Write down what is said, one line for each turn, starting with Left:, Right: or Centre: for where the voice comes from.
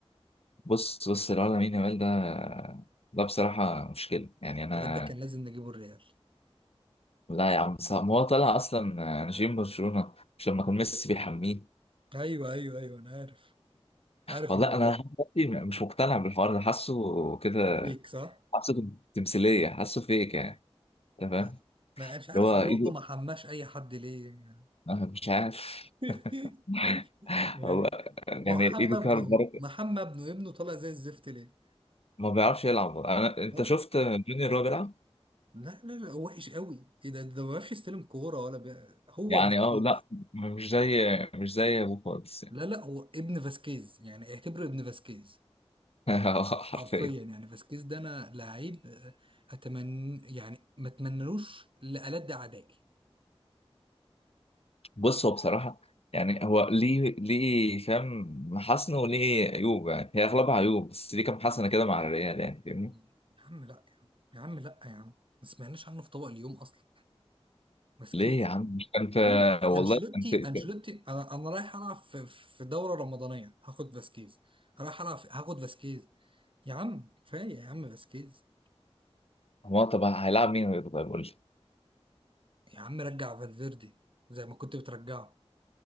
Left: بص بص الواد لامين يامال ده ده بصراحه مشكله يعني انا
Right: الواد ده كان لازم نجيبه الريال
Left: لا يا عم صعب ما هو طلع اصلا نجيم برشلونه مش لما كان ميسي بيحميه
Right: ايوه ايوه ايوه انا عارف عارف
Left: والله
Right: الموضوع
Left: انا
Right: ده
Left: لحد دلوقتي مش مقتنع بالحوار ده حاسه كده
Right: ليك صح؟
Left: حاسه تمثيليه حاسه فيك يعني
Right: <laughs>
Left: انت فاهم
Right: لا، ما مش عارف
Left: اللي هو
Right: رونالدو
Left: ايده
Right: ما حماش اي حد ليه يعني
Left: أنا مش عارف
Right: <laughs>
Left: <laughs>
Right: يعني
Left: هو يعني
Right: محمد
Left: ايده
Right: ابنه
Left: فيها البركه
Right: أهو. محمد ابنه ابنه طالع زي الزفت ليه
Left: ما بيعرفش يلعب انا انت
Right: اه
Left: شفت جونيور وهو بيلعب
Right: لا لا لا هو وحش قوي ايه ده ده ما بيعرفش يستلم كوره ولا بي... هو
Left: يعني
Right: فاسكيز
Left: اه لا مش زي مش زي ابوه خالص يعني
Right: لا لا هو ابن فاسكيز يعني اعتبره ابن فاسكيز
Left: <laughs> حرفيا
Right: حرفيا يعني فاسكيز ده انا لعيب آه، اتمنى يعني ما اتمنلوش لألد اعدائي
Left: بص هو بصراحه يعني هو ليه ليه فاهم محاسنه وليه عيوب يعني هي اغلبها عيوب بس ليه كام حسنه كده مع الريال يعني فاهمني
Right: يا عم لا يا عم لا يا عم ما سمعناش عنه في طبق اليوم اصلا مسكين
Left: ليه
Right: يا
Left: يا عم مش كان في
Right: عم
Left: والله
Right: انشيلوتي
Left: كان في
Right: انشيلوتي
Left: كان-
Right: انا انا رايح العب في في دوره رمضانيه هاخد فاسكيز رايح العب في هاخد فاسكيز يا عم كفايه يا عم فاسكيز
Left: هو طب هيلعب مين غيره طيب قول لي
Right: يا عم رجع فالفيردي زي ما كنت بترجعه